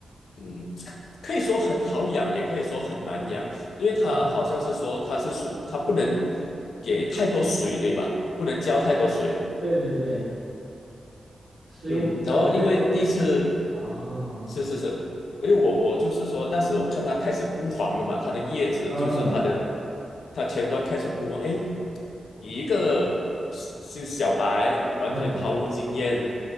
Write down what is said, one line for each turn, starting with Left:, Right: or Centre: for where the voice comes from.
Left: 嗯，可以说很好养，也可以说很难养，因为它好像是说它是属，
Right: 啊，
Left: 它不能给太多水，对吧？不能浇太多水。
Right: 对对对，是因为教了太多次。
Left: 嗯，然后因为第一次
Right: 哦，
Left: 是是是，因为我我就是说那时我看它开始枯黄了嘛，它的叶子就是它的
Right: 嗯
Left: 它前端开始枯黄，哎，以一个是小白完全毫无经验，
Right: 嗯，